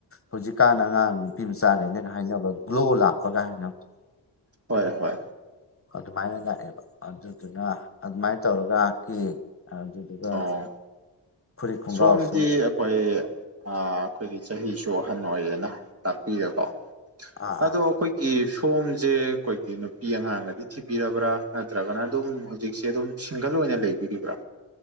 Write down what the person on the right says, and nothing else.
ꯍꯣꯏ ꯍꯣꯏ
ꯑꯣ
ꯁꯣꯝꯗꯤ ꯑꯩꯈꯣꯏ ꯑꯥ ꯑꯩꯈꯣꯏꯒꯤ ꯆꯍꯤꯁꯨ ꯑꯍꯟ ꯑꯣꯏꯔꯦꯅ ꯇꯥꯛꯄꯤꯔꯀꯣ
ꯑꯗꯣ ꯑꯩꯈꯣꯏꯒꯤ ꯐꯣꯝꯁꯦ ꯑꯩꯈꯣꯏꯒꯤ ꯅꯨꯄꯤ ꯑꯉꯥꯡꯒꯗꯤ ꯊꯤꯕꯤꯔꯕ꯭ꯔꯥ ꯅꯠꯇ꯭ꯔꯒꯅ ꯑꯗꯨꯝ ꯍꯧꯖꯤꯛꯁꯦ ꯑꯗꯨꯝ ꯁꯤꯡꯒꯜ ꯑꯣꯏ ꯂꯩꯕꯤꯔꯤꯕ꯭ꯔꯥ